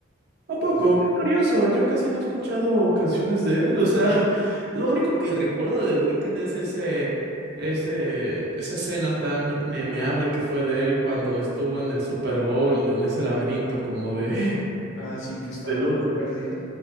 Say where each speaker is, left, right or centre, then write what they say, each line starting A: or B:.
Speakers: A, on the right; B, on the left.
A: ¿A poco?
B: Es-
A: Qué curioso, yo casi no he escuchado canciones de él, o sea, <laughs> lo único que recuerdo de The Weeknd es ese, ese, esa escena tan memeable que fue de él cuando estuvo en el Super Bowl, en ese laberinto como de, <laughs>
B: ah, sí, que estaba
A: de luz.
B: como perdido.